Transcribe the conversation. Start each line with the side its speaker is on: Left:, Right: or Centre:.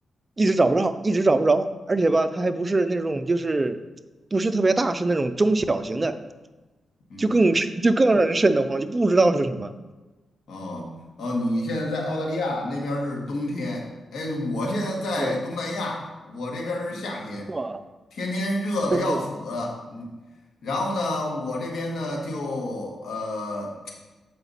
Right: 一直找不着，一直找不着，而且吧，它还不是那种就是不是特别大，是那种中小型的，
Left: 嗯，
Right: 就更 <laughs> 就更让人瘆得慌，就不知道是什么。
Left: 哦哦，你现在在澳大利亚那边儿是冬天，哎，我现在在东南亚，
Right: 对，
Left: 我这边儿是夏天，
Right: 是吧？
Left: 天天热的要死，
Right: <laughs> 嘿，
Left: 嗯，然后呢，我这边呢就呃